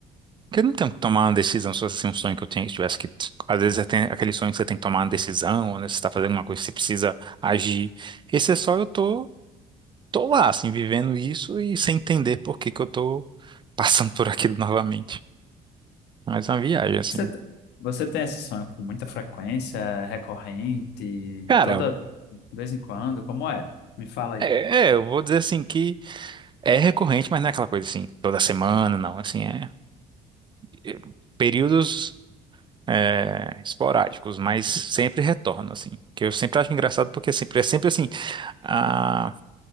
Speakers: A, on the right; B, on the left.
A: Porque eu não tenho que tomar uma decisão se fosse assim, um sonho que eu tenho, que tivesse que. Às vezes é tem aquele sonho que você tem que tomar uma decisão, ou né, você está fazendo uma coisa que você precisa agir. Esse é só eu tô, tô lá, assim, vivendo isso e sem entender por que que eu tô passando por aquilo novamente. Mas é uma viagem, assim.
B: Você, te- você tem esse sonho com muita frequência, é recorrente,
A: Cara,
B: toda de vez em quando? Como é? Me fala aí.
A: é, é, eu vou dizer assim que é recorrente, mas não é aquela coisa assim, toda semana, não. Assim, é. é Períodos é, esporádicos, mas sempre retorno, assim. Que eu sempre acho engraçado porque sempre, é sempre assim, a,